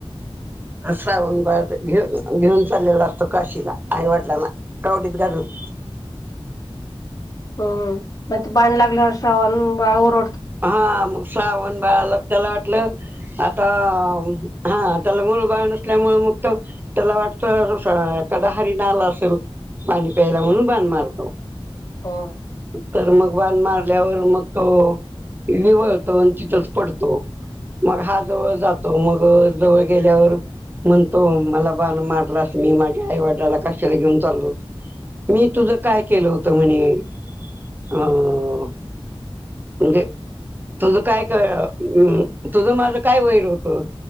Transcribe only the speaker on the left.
हम्म मग ते बाण लागल्यावर श्रावण बाळ ओरड-
हं